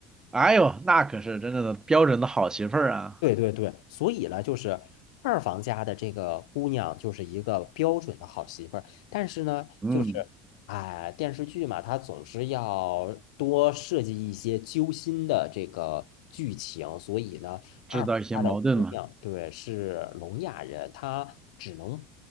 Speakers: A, on the right; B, on the left.
A: 哎呦，那可是真正的标准的好媳妇儿啊，
B: 对对对，所以呢，就是二房家的这个姑娘就是一个标准的好媳妇儿，但是呢，
A: 嗯，
B: 就是哎，电视剧嘛，它总是要多设计一些揪心的这个剧情，所以呢，二房家的姑娘对是聋哑人，
A: 制造一些矛盾嘛。
B: 她只能